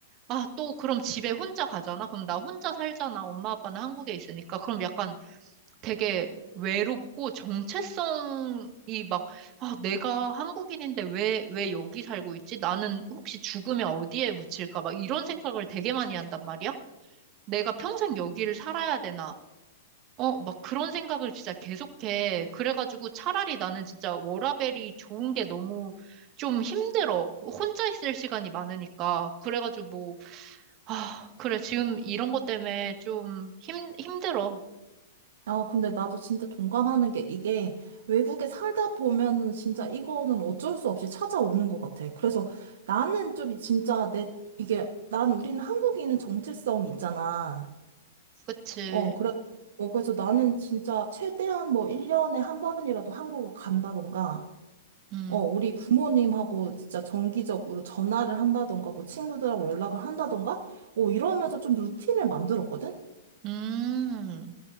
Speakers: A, on the right; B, on the right.
A: 아, 또 그럼 집에 혼자 가잖아? 그럼 나 혼자 살잖아. 엄마 아빠는 한국에 있으니까. 그럼 약간 되게 외롭고 정체성이 막, 아, 내가 한국인인데 왜, 왜 여기 살고 있지? 나는 혹시 죽으면 어디에 묻힐까? 막 이런 생각을 되게 많이 한단 말이야? 내가 평생 여기를 살아야 되나? 어, 막 그런 생각을 진짜 계속해. 그래가지고 차라리 나는 진짜 워라밸이 좋은 게 너무 좀 힘들어. 뭐 혼자 있을 시간이 많으니까. 그래가지고 뭐, 아, 그래. 지금 이런 것 때문에 좀 힘, 힘들어.
B: 아, 근데 나도 진짜 동감하는 게 이게 외국에 살다 보면은 진짜 이거는 어쩔 수 없이 찾아오는 것 같아. 그래서 나는 좀 진짜 내, 이게, 난 우리는 한국인은 정체성이 있잖아.
A: 그치.
B: 어, 그래. 어, 그래서 나는 진짜 최대한 뭐 1년에 한 번이라도 한국을 간다던가,
A: 음,
B: 어, 우리 부모님하고 진짜 정기적으로 전화를 한다던가, 뭐 친구들하고 연락을 한다던가, 어, 이러면서 좀 루틴을 만들었거든?
A: 음,